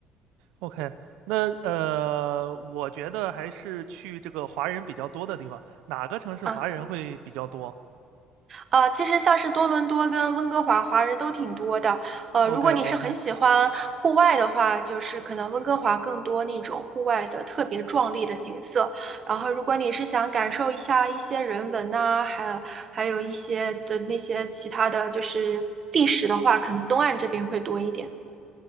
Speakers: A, on the right; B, on the right.
A: ？OK，那呃，我觉得还是去这个华人比较多的地方，哪个城市华人会比较多
B: 啊。呃，其实像是多伦多跟温哥华华人都挺多的。呃，
A: ？OK，OK，OK，
B: 如果你是很喜欢户外的话，就是可能温哥华更多那种户外的特别壮丽的景色。然后，如果你是想感受一下一些人文呐、还有还有一些的那些其他的就是历史的话，可能东岸这边会多一点。